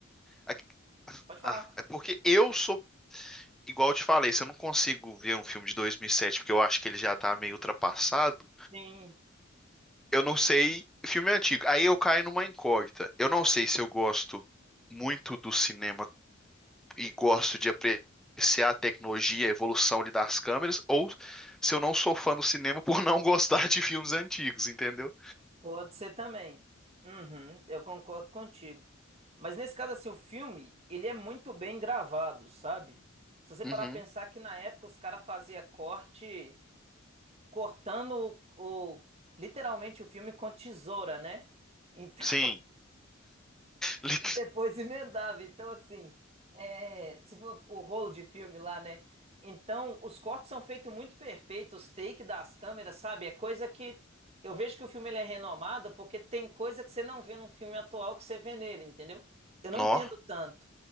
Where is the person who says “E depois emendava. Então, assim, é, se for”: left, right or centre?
Right